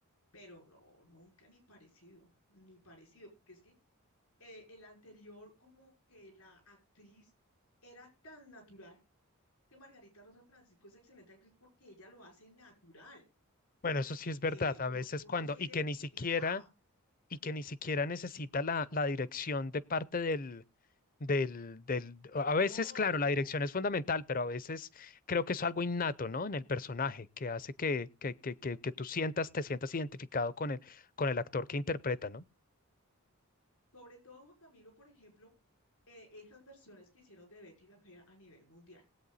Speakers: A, on the left (about 80°); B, on the left (about 40°).
A: pero no, nunca ni parecido, ni parecido, porque es que eh, el anterior como que la actriz era tan natural, que Margarita Rosa Francisco es excelente actriz porque ella lo hace natural,
B: Bueno, eso sí es verdad,
A: eh,
B: a
A: un-
B: veces
A: uno
B: cuando,
A: se
B: y
A: identificaba,
B: que ni siquiera, y que ni siquiera necesita la, la dirección de parte del, del, del, a
A: no,
B: veces, claro, la dirección es fundamental, pero a veces creo que es algo innato, ¿no? En el personaje, que hace que, que, que, que, que tú sientas, te sientas identificado con el, con el actor que interpreta, ¿no?
A: sobre todo Juan Camilo, por ejemplo, eh, esas versiones que hicieron de Betty la Fea a nivel mundial.